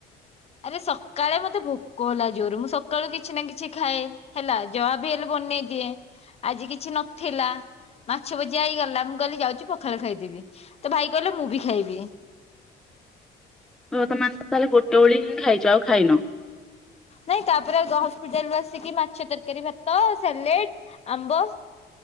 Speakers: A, on the left (about 35°); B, in the centre.
A: ଆରେ ସକାଳେ ମତେ ଭୋକ ହେଲା ଜୋରେ ମୁଁ ସକାଳୁ କିଛି ନା କିଛି ଖାଏ। ହେଲା ଯହ ବି ହେଲେ ବନେଇ ଦିଏ ଆଜି କିଛି ନଥିଲା ମାଛ ଭଜା ହେଇଗଲା ମୁଁ କହିଲି ଯାଉଚି ପଖାଳ ଖାଇଦେବି ତ ଭାଇ କହିଲେ ମୁଁ ବି ଖାଇବି।
B: ବର୍ତ୍ତମାନେ ତ ତାହେଲେ ଗୋଟେ ଓଳି ହିଁ ଖାଇଛ ଆଉ ଖାଇନ?
A: ନାଇଁ ତାପରେ ଗ ହସ୍ପିଟାଲରୁ ଆସିକି ମାଛ ତରକାରୀ ଭାତ ସାଲେଟ୍ ଆମ୍ବ